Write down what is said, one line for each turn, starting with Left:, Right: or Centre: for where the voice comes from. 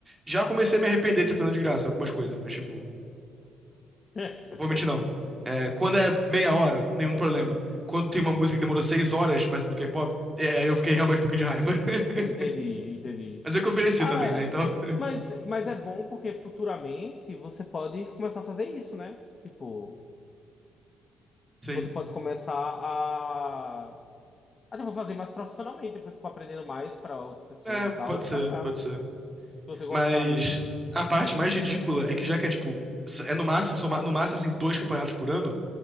Right: Já comecei a me arrepender de ter fazendo de graça algumas coisas, mas, tipo,
Left: <laughs>
Right: vou mentir, não. É, quando é meia hora, nenhum problema. Quando tem uma música que demorou seis horas, peça do K-pop, é, aí eu fiquei realmente um pouquinho de raiva. <laughs>
Left: Entendi, entendi.
Right: Mas é que eu ofereci
Left: Ah,
Right: também, né? Então, <laughs>
Left: mas, mas é bom porque futuramente você pode começar a fazer isso, né? Tipo,
Right: sim.
Left: você pode começar a, a tipo, fazer mais profissionalmente, depois for aprendendo mais para outras pessoas
Right: É,
Left: e tal,
Right: pode
Left: e
Right: ser,
Left: cobrar.
Right: pode ser.
Left: Se você gostar
Right: Mas
Left: mesmo.
Right: a parte mais ridícula é que já que é tipo, é no máximo, são ma- no máximo assim, dois campeonatos por ano,